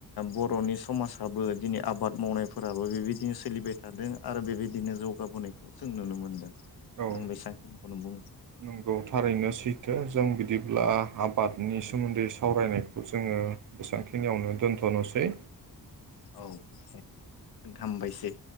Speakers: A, on the left (about 70°); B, on the right (about 55°).
A: बर'नि समाजाबो दिनै आबाद मावनायफोराबो बेबायदिनो सोलिबाय थादों आरो बेबायदिनो जौगाबोनायखौ जों नुनो मोनदों।
B: औ
A: आं बेसांखिनिखौनो बुङो
B: नंगौ थारैनो सैथो। जों बिदिब्ला। आबादनि सोमोन्दै सावरायनायखौ जोंङो बेसेबांखिनि खिनियावनो दोन्थ'नोसै।
A: औ ओं हामबायसै।